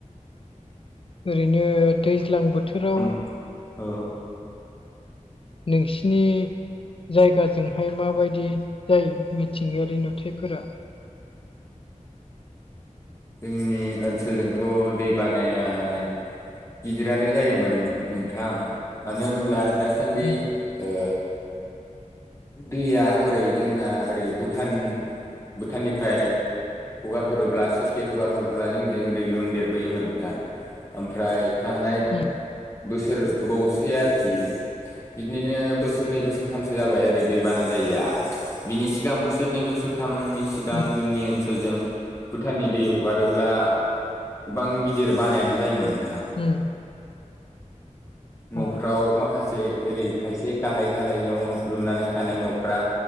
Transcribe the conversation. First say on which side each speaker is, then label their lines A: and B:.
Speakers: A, on the left; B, on the left.
A: ओरैनो दैज्लां बोथोराव
B: ओम औ
A: नोंसिनि जायगाजोंहाय माबायदि जायो मिथिंगायारि नुथायफोरा
B: जोंनि ओनसोलजोंथ' दै बानायाय गिदिरानो जायोमोन नोंथां मानो होनोब्ला दासान्दि
A: उम
B: ओ दैया हरै जोंना ओरै भुटान भुटाननिफ्राय हगार हरोब्ला सुइस जे हगार हरब्ला जोंजों ओरै लुनदेर बोयोमोन नोंथां ओमफ्राय थांनाय
A: उम
B: बोसोर गोबावसै आरोखि बिदिनो बोसोरनै बोसोरथामसो जाबाय आरो दैबाना जायिया बिनि सिगां बोसोरनै बोसोरथामनि सिगां
A: उम
B: जोंनि ओनसोलजों भुटाननि दै हगारोब्ला गोबां गिदिर बानायानो जायोमोन नोंथां।
A: उम
B: न'फ्राव
A: अ
B: माख खासे ओरै खायसे गाहाय गाहाय न'आव लुनानै थानाय न'फ्रा